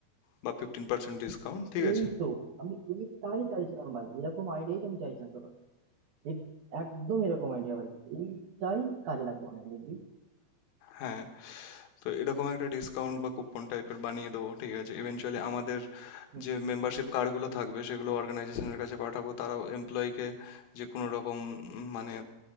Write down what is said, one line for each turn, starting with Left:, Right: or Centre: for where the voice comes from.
Left: বা ফিফটিন পার্সেন্ট ডিসকাউন্ট ঠিক
Right: এই
Left: আছে
Right: তো আমি এই তাই চাইছিলাম ভাই এরকম আইডিয়াই তো আমি চাইছিলাম এক- একদম এরকম আইডিয়া ভাই এইটাই কাজে লাগবে অনেক দেখবি
Left: হ্যাঁ তো এরকম একটা ডিসকাউন্ট বা কুপন টাইপের বানিয়ে দেবো ঠিক আছে ইভেনচুয়ালি আমাদের
Right: হুম
Left: যে
Right: হুম
Left: মেম্বারশিপ
Right: হুম
Left: কার্ডগুলো থাকবে সেগুলো অর্গানাইজেশনের কাছে পাঠাবো তারাও এমপ্লয়িকে যে কোনো রকম উম, মানে